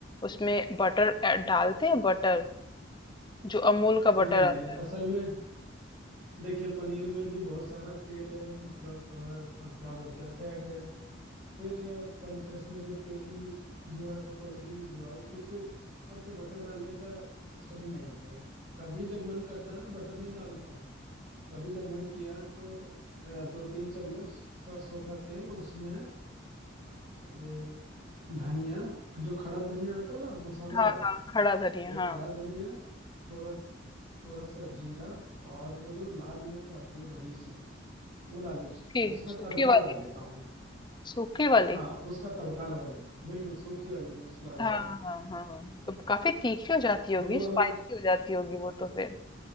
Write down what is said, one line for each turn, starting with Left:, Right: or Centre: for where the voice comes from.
Left: उसमें बटर ऐ- डालते हैं बटर जो अमूल का
Right: नहीं
Left: बटर
Right: नहीं
Left: आता है
Right: असल में देखिए पनीर में भी बहुत सारा तेल है मतलब अ, अ, क्या बोलते हैं फैट है फिर अ, पन, इसमें जो तेल यूज हुआ है वो तो ऑलरेडी यूज हुआ है फिर उसके ऊपर से बटर डालने का सिस्टम ही नहीं है कभी जब मन करता है ना बटर नहीं डालता हूँ कभी जब मन किया तो अ, दो तीन चम्मच सरसों का तेल उसमें अ, ये धनिया जो खड़ा धनिया आता है ना मसाला
Left: हाँ
Right: वाला
Left: हाँ खड़ा धनिया
Right: वो
Left: हाँ
Right: खड़ा धनिया थोड़ा स- थोड़ा सा जीरा और वो जो लाल मिर्च आती है बड़ी सी वो लाल मिर्च
Left: सूखी
Right: उसका
Left: सूखी
Right: तड़का लगा
Left: वाली
Right: लेता हूँ
Left: सूखी वाली
Right: हाँ उसका तड़का लगा लेता हूँ बिल्कुल सूखी वाली मिर्च लाल
Left: हाँ
Right: वाली
Left: हाँ हाँ हाँ। तो काफी तीखी हो जाती होगी
Right: तो वो
Left: स्पाइसी
Right: अलग
Left: हो जाती होगी वो तो फिर